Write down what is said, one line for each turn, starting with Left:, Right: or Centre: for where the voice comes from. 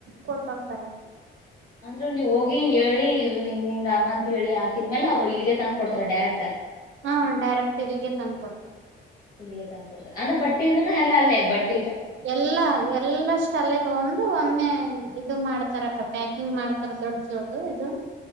Right: ಕೊಟ್ಟ ಹೋಗ್ತಾರೆ
Left: ಅಂದ್ರರು ನೀವ್ ಹೋಗಿ ಹೇಳಿ ಹಿಂಗ ಹಿಂಗ ಅಮ್ಮ ಅಂತತ್ ಹೇಳಿ ಹಾಕಿದ್ಮೇಲೆ ಅವ್ರು ಇಲ್ಲಿಗೆ ತಂದ್ಕ ಕೊಡ್ತಾರ ಡೈರೆಕ್ಟ್
Right: ಹಾ ಡೈರೆಕ್ಟ್ ಇಲ್ಲಿಗೆ ತಂದು ಕೊಟ್ಟೆತರ
Left: <unintelligible> ಅಂದ್ರೆ ಬಟ್ಟಿ ಇದ ಎಲ್ಲ ಅಲ್ಲೇ ಬಟ್ಟೆ
Right: ಎಲ್ಲಾ ಎಲ್ಲಷ್ಟ ಅಲ್ಲೇ ತಗೊಂಡು ಒ ಒಮ್ಮೆ ಇದು ಮಾಡ್ತಾರಕ್ಕ ಪ್ಯಾಕಿಂಗ್ ಮಾಡ್ತಾರ ದೊಡ್ಡ ಜೋಡ್ು ಇದು